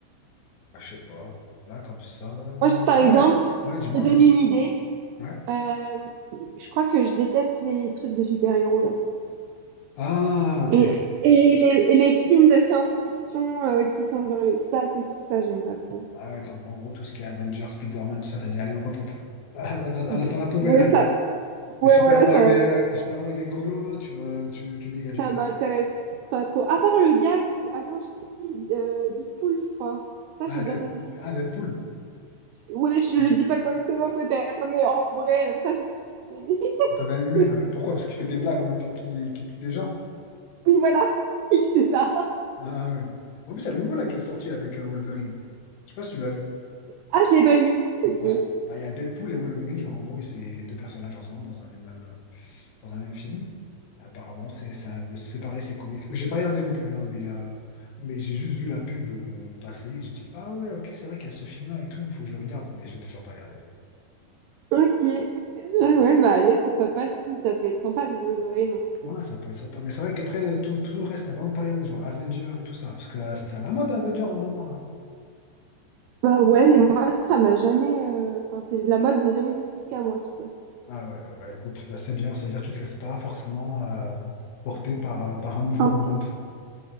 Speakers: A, on the left; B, on the right.
A: ah, je sais pas. Là, comme ça.
B: Moi, je, par
A: Ah
B: exemple,
A: ouais, ouais, dis-moi,
B: je te donne
A: vas-y.
B: une idée.
A: Ouais.
B: Euh, je crois que je déteste les trucs de super-héros là.
A: Ah, ok.
B: Et, et les, et les films de science-fiction euh, qui sont dans l'espace et tout ça, j'aime pas trop.
A: Ah ouais, donc en gros, tout ce qui est Avengers, Spider-Man, tout ça, t'as dit, allez, hop, hop, hop. <laughs> Dans dans-
B: Pff,
A: la poubelle,
B: Ouais,
A: là,
B: ça,
A: les,
B: ouais,
A: les super-héros
B: voilà, ça,
A: avec des, euh, les super-héros avec des colos, là, tu, veux- tu, tu dégages,
B: ça
A: allez.
B: m'intéresse
A: hop.
B: pas trop. À part le gars qui, attends, je sais, euh, Deadpool, je crois. Ça,
A: Ah,
B: j'ai
A: Dead-
B: bien aimé.
A: ah, Deadpool.
B: Ouais, je
A: Ouais.
B: le dis pas correctement peut-être, mais en vrai, euh, ça, j'ai bien aimé.
A: Ah, T'as bien aimé.
B: <laughs>
A: ah ouais. Pourquoi? Parce qu'il fait des blagues en même temps qu'il qu'il tue des gens.
B: Oui, voilà. Oui, c'est ça.
A: Ah ouais. En plus, il y a le nouveau, là, qui est sorti avec euh, Wolverine. Je sais pas si tu l'as vu.
B: Ah, je l'ai pas vu. Ok.
A: Ouais. Bah, il y a Deadpool et Wolverine, genre en gros, c'est les deux personnages ensemble dans un même, euh, dans un même film. Apparemment, c'est ça, c'est pareil, c'est comique. J'ai pas regardé non plus, hein, mais, euh, mais j'ai juste vu la pub euh, passer. J'ai dit, ah ouais, ok, c'est vrai qu'il y a ce film-là et tout, faut que je le regarde, mais je l'ai toujours pas regardé.
B: Ok.
A: Bon.
B: Ah ouais, bah allez, pourquoi pas si ça peut être sympa avec Wolverine en plus.
A: Ouais, ça peut être sympa. Mais c'est vrai qu'après, euh, tout, tout le reste, t'as vraiment pas regardé, genre Avengers et tout ça, parce que euh, c'était à la mode Avengers à un moment, là.
B: Bah ouais, mais moi, ça m'a jamais. euh, Enfin, c'est la mode n'est jamais venue jusqu'à moi, tu vois.
A: Ah ouais, bah bah, écoute, bah, c'est bien, c'est à dire que tu te laisses pas forcément euh, porter par, euh, par un mouvement
B: Un-
A: de mode.